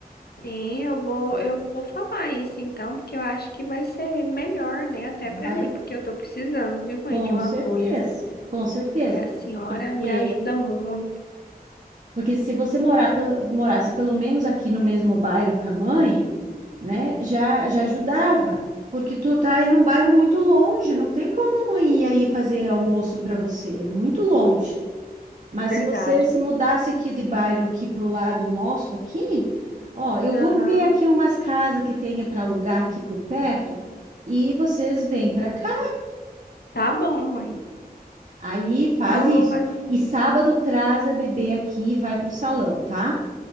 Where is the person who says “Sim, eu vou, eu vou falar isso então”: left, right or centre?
Left